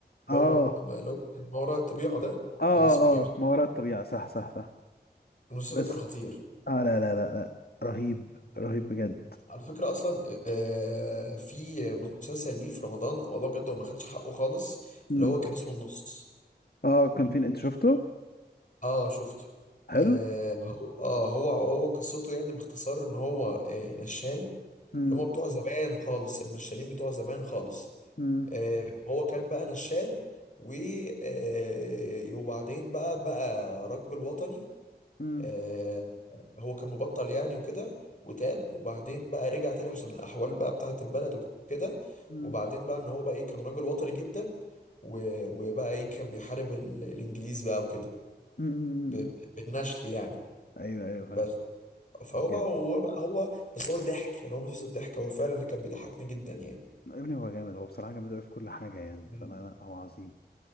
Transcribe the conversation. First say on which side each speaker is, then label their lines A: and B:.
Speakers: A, on the left (about 65°); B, on the left (about 45°).
A: اه
B: اللي هو ما ما- اللي هو ما وراء الطبيعه ده
A: اه
B: ولا اسمه
A: اه
B: ايه مش
A: اه ما
B: فاكر.
A: وراء الطبيعة صح صح صح
B: المسلسل
A: بس
B: ده كان خطير
A: اه لا لا لا لا رهيب رهيب بجد
B: على فكره اصلا آه، في مسلسل ليه في رمضان والله بجد هو ما خدش حقه خالص
A: مم.
B: اللي هو كان اسمه النص
A: اه كان فين انت شفته
B: اه شفته
A: حلو
B: آه هو آه هو هو قصته يعني باختصار ان هو آه نشال
A: مم.
B: اللي هم بتوع زمان خالص النشالين بتوع زمان خالص
A: مم.
B: آه، هو كان بقى نشال و آه، وبعدين بقى بقى راجل وطني
A: مم.
B: آه، هو كان مبطل يعني وكده وتاب وبعدين بقى رجع تاني عشان الأحوال بقى بتاعة البلد وكده
A: مم.
B: وبعدين بقى إن هو بقى إيه كان راجل وطني جدا و- وبقى إيه كان بيحارب ال- الإنجليز بقى وكده
A: مم. مم.
B: ب- بالنشل يعني
A: ايوه ايوه فاهم
B: بس فهو بقى
A: جامد
B: هو بقى هو بس هو ضحك يعني هو مسلسل ضحك هو فعلا اللي كان بيضحكني جدا يعني
A: يا ابني هو جامد هو بصراحة جامد قوي في كل حاجة يعني
B: مم.
A: فانا لا هو عظيم